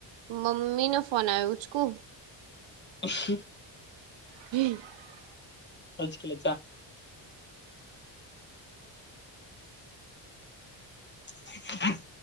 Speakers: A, on the right; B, on the left.
A: મમ્મી ન ફોન આયો ઉચકુ
B: અ.
A: <inaudible>
B: ઉચકી લે જા હ.